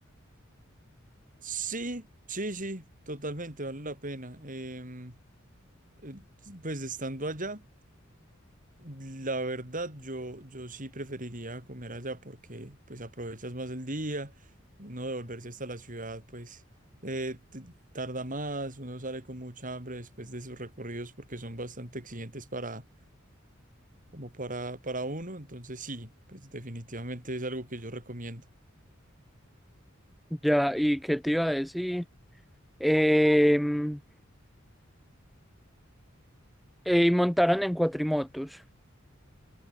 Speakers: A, on the right (about 40°); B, in the centre.
A: Sí, sí, sí, totalmente vale la pena. Em, eh, pues estando allá. La verdad, yo, yo sí preferiría comer allá porque pues aprovechas más el día, uno devolverse hasta la ciudad pues eh, t- tarda más, uno sale con mucha hambre después de esos recorridos porque son bastante exigentes para, como para, para uno, entonces sí, pues definitivamente es algo que yo recomiendo.
B: Ya, ¿y qué te iba a decir? Em, eh, y montaron en cuatrimotos.